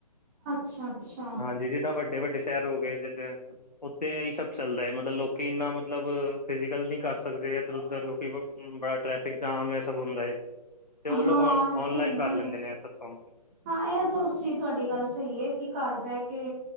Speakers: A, on the right (about 25°); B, on the left (about 85°).
A: ਅੱਛਾ-ਅੱਛਾ,
B: ਹਾਂਜੀ ਜਿੱਦਾਂ ਵੱਡੇ ਵੱਡੇ ਸ਼ਹਿਰ ਹੋ ਗਏ ਜਿੱਦਾਂ ਉਓਦੇ ਇਹੀ ਸਭ ਚਲਦਾ ਹੈ ਮਤਲਬ ਲੋਕੀ ਇੰਨਾ ਮਤਲਬ ਫਿਜੀਕਲ ਨਹੀਂ ਕਰ ਸਕਦੇ ਇੱਧਰ ਉੱਧਰ ਕਿਉਂਕਿ ਬੜਾ ਟ੍ਰੈਫਿਕ ਜਾਮ ਹੈ ਸਭ ਹੁੰਦਾ ਤੇ ਉਹ
A: ਹਾਂ
B: ਲੋਕ
A: ਸਹੀ
B: ਔਨਲਾਈਨ
A: ਗੱਲ
B: ਕਰ ਲੈਂਦੇ
A: ਐ।
B: ਨੇ ਸਭ ਕੰਮ
A: ਹਾਂ ਇਹ ਤਾਂ ਅ ਤੁਹਾਡੀ ਗੱਲ ਸਹੀ ਹੈ ਕਿ ਘਰ ਬਹਿ ਕੇ